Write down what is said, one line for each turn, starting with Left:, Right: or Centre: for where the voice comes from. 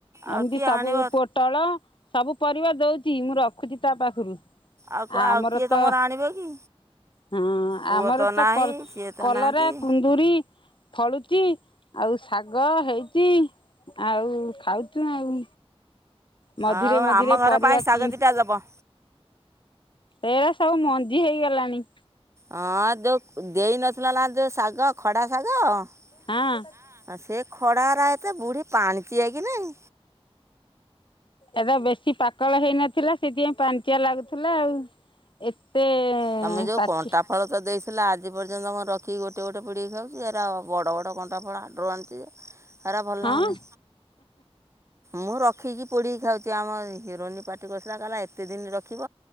Right: ଆଉ
Left: ଏମିତି
Right: କିଏ
Left: ସବୁ
Right: ଆଣିବ
Left: ପୋ ଟଳ ସବୁ ପରିବା ଦଉଚି ମୁଁ ରଖୁଚି ତା ପାଖରୁ।
Right: ଆଉ
Left: ଆମର
Right: କ-ଆଉ କିଏ
Left: ତ
Right: ତୋମର ଆଣିବ କି?
Left: ହଁ
Right: ପୁଅ
Left: ଆମର ତ
Right: ନାହିଁ
Left: କର୍
Right: ସିଏ ତ
Left: କଲରା,
Right: ନାହାନ୍ତି
Left: କୁନ୍ଦୁରି ଫଳୁଚି, ଆଉ ଶାଗ ହେଇଚି ଆଉ ଖାଉଚୁ ଆଉ। ମଝିରେ
Right: ଆଉ
Left: ମଝିରେ
Right: ଆମ ଘର
Left: ପରିବା
Right: ପାଇଁ ଶାଗ
Left: କିଣି
Right: ଦିଟା ଦବ।
Left: ଏଇରା ସବୁ ମଞ୍ଜି ହେଇଗଲାଣି।
Right: ଅଁ, ଯୋଉ ଦେଇନଥିଲା ନା ଯୋଉ ଶାଗ ଖଡ଼ା ଶାଗ। ଆଉ
Left: ହଁ
Right: ସେ ଖଡ଼ାରା ଏତେ ବୁଢ଼ୀ ପାଣିଚିଆ କି ନାହିଁ?
Left: ଏଟା ବେଶୀ ପାକଳ ହେଇନଥିଲା ସେଥିପାଇଁ ପାଣିଚିଆ ଲାଗୁଥିଲା ଆଉ। ଏତେ
Right: ତମେ ଯେଉଁ
Left: ପାକି
Right: କଣ୍ଟା ଫଳ ତ ଦେଇଥିଲା ଆଜି ପର୍ଯ୍ୟନ୍ତ ମୁଁ ରଖିକି ଗୋଟେ ଗୋଟେ ପୁଡ଼ିିକ ଖାଉଚି। ଏରା ବଡ଼ ବଡ଼ କଣ୍ଟା ଫଳା ହାଟ ରୁ ଆଣିଚି ଯେ। ହେରା ଭଲ
Left: ହଁ
Right: ଲାଗୁନି। ମୁଁ ରଖିକି ପୁଡ଼ିକି ଖାଉଚି, ଆମ ହିରୋଇନ ପାଟି କରୁଥିଲା କହିଲା ଏତେ ଦିନ ରଖିବ।